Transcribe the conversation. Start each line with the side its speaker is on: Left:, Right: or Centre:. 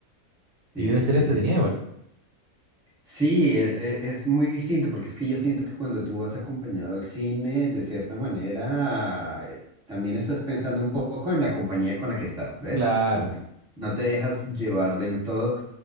Centre: Sí,
Right: Y debe ser
Centre: sí,
Right: entretenida
Centre: sí.
Right: igual.
Centre: Sí, es, e- es muy distinto, porque es que yo siento que cuando tú vas acompañado al cine, de cierta manera, eh, también estás pensando un poco en la compañía con la que estás, ¿ves?
Right: Claro.
Centre: Es como que no te dejas llevar del todo.